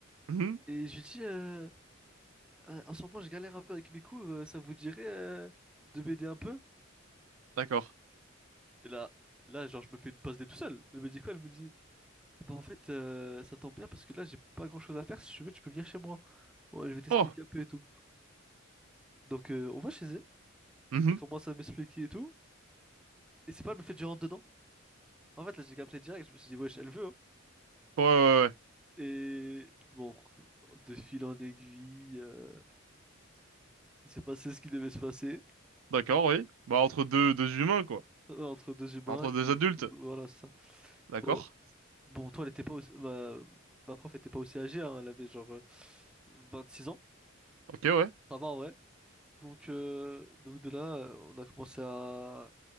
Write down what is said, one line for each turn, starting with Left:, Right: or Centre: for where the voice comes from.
Right: Mhm.
Centre: Et je lui dis, Euh, Euh, en ce moment, je galère un peu avec mes cours, euh, ça vous dirait euh, de m'aider un peu?
Right: D'accord.
Centre: Et là, là, genre, je me fais une passe des tout seul. Elle me dit quoi? Elle me dit, bah en fait, euh, ça tombe bien parce que là, j'ai pas grand-chose à faire. Si tu veux, tu peux venir chez moi. Ouais, je vais t'expliquer
Right: Oh.
Centre: un peu et tout. Donc, euh, on va chez elle.
Right: Mhm.
Centre: Elle commence à m'expliquer et tout. Et c'est pas, elle me fait du rentre dedans. En fait, là, j'ai capté direct. Je me suis dit, wesh, elle veut. hein.
Right: Ouais, ouais, ouais.
Centre: Et bon, de fil en aiguille, euh, il s'est passé ce qui devait se passer
Right: D'accord, oui. Bah, entre deux, deux humains, quoi.
Centre: euh, entre deux humains
Right: Entre
Centre: qui,
Right: deux adultes.
Centre: voilà, c'est ça.
Right: D'accord.
Centre: Bon, bon, toi, elle était pas aussi... ma... ma prof était pas aussi âgée. hein. Elle avait genre euh, 26 ans.
Right: Ok, ouais.
Centre: Ça va, ouais. Donc, euh, donc de là, euh, on a commencé à,